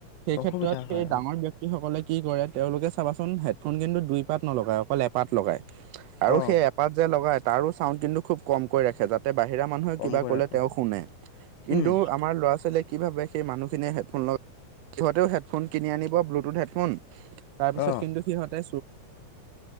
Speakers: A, on the right (about 80°); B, on the left (about 80°).
A: সেই ক্ষেত্ৰত
B: অসুবিধা হয়
A: এই ডাঙৰ
B: অ
A: ব্যক্তি সকলে কি কৰে তেওঁলোকে চাবাচোন, হেডফোন কিন্তু দুই পাত নলগায় অকল এপাত লগায়। আৰু
B: অ
A: সেই এপাত যে লগাই তাৰো চাউণ্ড কিন্তু খুব কমকৈ ৰাখে তাত। বাহিৰা মানুহে
B: কমকৈ
A: কিবা কলে
B: ৰাখে
A: তেওঁ শুনে। কিন্তু
B: উম
A: আমাৰ আৰু ল'ৰা-ছোৱালীয়ে কি ভাবে সেই মানুখিনিয়ে হেডফোন ল সিহঁতেও হেডফোন কিনি আনিব ব্লুটুথ হেডফোন, তাৰপিছত
B: অ
A: কিন্তু সিহঁতে